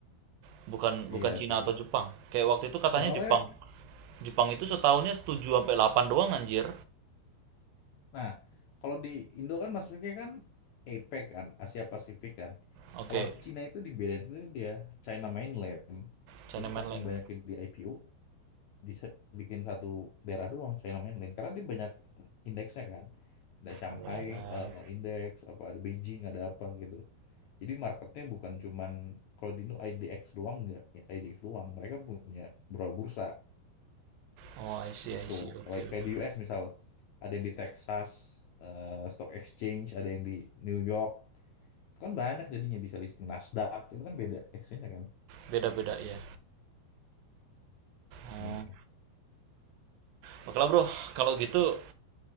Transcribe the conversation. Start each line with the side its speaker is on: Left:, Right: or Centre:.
Right: Bukan bukan
Left: Iya
Right: Cina
Left: sih.
Right: atau Jepang. Kayak waktu itu katanya
Left: Soalnya
Right: Jepang. Jepang itu setahunnya 7 sampai 8 doang anjir.
Left: Nah, kalau di Indo kan masuknya kan APEC kan, Asia Pasifik kan.
Right: Oke,
Left: Kalau Cina itu dibedain sendiri dia, China Mainland.
Right: China
Left: Jadi
Right: mainland.
Left: saking banyaknya di IPO, bisa bikin satu daerah doang China Mainland. Karena dia banyak indeksnya kan. Ada Shanghai
Right: Oh,
Left: eh, Index, apa ada Beijing, ada apa gitu. Jadi marketnya bukan cuman kalau di Indo IDX doang nggak, IDX doang. Mereka punya beberapa bursa
Right: oh I see,
Left: gitu
Right: I see. Oke,
Left: kayak
Right: oke.
Left: kayak di US misal ada yang di Texas eh, Stock Exchange ada yang di New York Itu kan banyak jadinya bisa listing Nasdaq itu kan beda exchange kan
Right: Beda-beda ya. Oh.
Left: hmm.
Right: Oke lah bro, kalau gitu